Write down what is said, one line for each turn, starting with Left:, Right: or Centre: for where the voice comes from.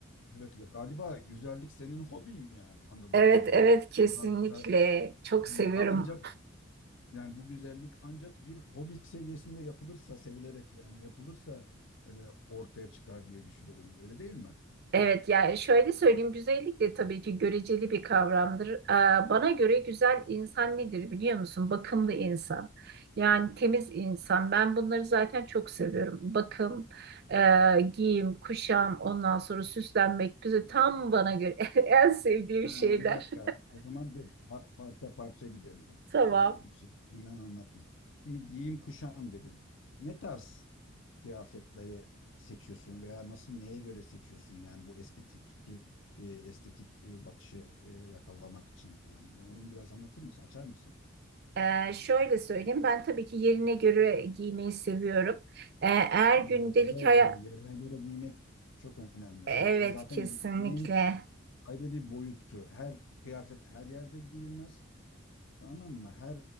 Left: Evet ya galiba güzellik senin hobin yani anladığım
Right: Evet,
Left: kadarıyla.
Right: evet kesinlikle.
Left: Bu kadar güzel.
Right: Çok
Left: Yani
Right: seviyorum
Left: ancak yani bu güzellik ancak bir hobi seviyesinde yapılırsa sevilerek yani yapılırsa e, ortaya çıkar diye düşünüyorum. Öyle değil mi?
Right: Evet yani şöyle söyleyeyim güzellik de tabii ki göreceli bir kavramdır. Ee, bana göre güzel insan nedir biliyor musun? Bakımlı insan. Yani temiz insan. Ben bunları zaten çok seviyorum. Bakım, e, giyim, kuşam, ondan sonra süslenmek güzel. Tam bana göre <laughs> en sevdiğim
Left: Ha,
Right: şeyler.
Left: bir dakika. O zaman dur. Par- Parça parça gidelim.
Right: <laughs> Tamam.
Left: Hemen içinden anlatma. Şimdi giyim kuşam dedin. Ne tarz kıyafetleri seçiyorsun veya nasıl neye göre seçiyorsun yani bu estetik e, estetik e, bakışı e, yakalamak için yani onu biraz anlatır mısın? Açar mısın?
Right: Ee, şöyle söyleyeyim. Ben tabii ki yerine göre giymeyi seviyorum. Ee, eğer
Left: Ha,
Right: gündelik
Left: evet o da önemli.
Right: hayat...
Left: Yerine göre giymek çok önemli.
Right: Evet
Left: O, o zaten
Right: kesinlikle.
Left: güzelliğin ayrı bir boyutu. Her kıyafet her yerde giyilmez. Tamam mı? Her